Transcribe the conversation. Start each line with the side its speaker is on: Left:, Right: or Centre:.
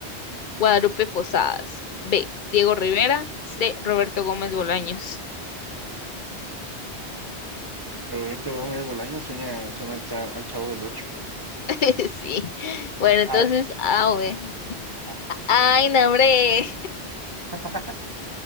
Left: Guadalupe Posadas. B. Diego Rivera. C. Roberto Gómez Bolaños.
Right: Roberto Gómez Bolaño sueña, suena al chavo, al Chavo del Ocho.
Left: <laughs> Sí. Bueno,
Right: Eh,
Left: entonces
Right: ah,
Left: A o B.
Right: ah.
Left: Ay, no, hombre.
Right: <laughs>